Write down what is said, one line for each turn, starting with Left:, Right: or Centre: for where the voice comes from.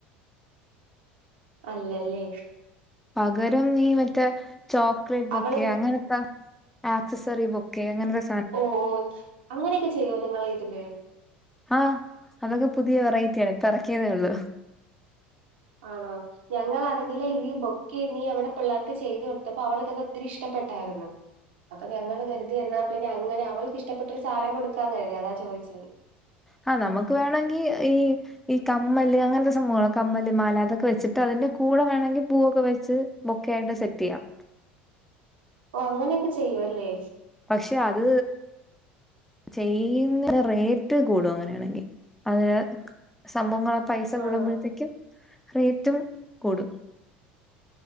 Right: അല്ലല്ലേ
Centre: പകരം നീ മറ്റേ ചോക്ലേറ്റ് ബൊക്കെയൊ
Right: അവള്
Centre: അങ്ങനത്ത ആക്സസറി ബൊക്കെ അങ്ങനൊരു
Right: ഓഹ് അങ്ങനൊക്കെ ചെയ്യോ നിങ്ങളിതില്.
Centre: ആഹ് അതൊക്കെ പുതിയ വെറൈറ്റിയാണ് ഇപ്പെറക്കിയതേയുള്ളു
Right: ആണോ ഞങ്ങളാണെങ്കിലേ ഇതീ ബൊക്കെ നീ അവിടെ പിള്ളേർക്ക് ചെയ്ത് കൊടുത്തപ്പോ അവൾക്കത് ഒത്തിരി ഇഷ്ടപ്പെട്ടായിര്ന്ന്. അപ്പൊ ഞങ്ങള് കരുതി എന്നാപിന്നെ അങ്ങനെ അവൾക്കിഷ്ടപ്പെട്ടൊരു സാധനം കൊടുക്കാന്ന് കരുതി അതാ ചോദിച്ചത്
Centre: ഹാ നമുക്ക് വേണെങ്കി ഈ ഈ കമ്മല് അങ്ങനത്തെ സംഭവങ്ങള് കമ്മല് മാല അതൊക്കെ വെച്ചിട്ട് അതിന്റെ കൂടെ വേണെങ്കി പൂവൊക്കെ വെച്ച് ബൊക്കെയായിട്ട് സെറ്റെയ്യാം
Right: ഓ അങ്ങനെയൊക്കെ ചെയ്യുവല്ലേ
Centre: പക്ഷെ അത് ചെയ്യുന്ന റേറ്റ് കൂടും അങ്ങനെയാണെങ്കി അത് സംഭവങ്ങള് പൈസ
Right: ആണോ
Centre: കൂടുമ്പഴത്തേക്കും റേറ്റും കൂടും.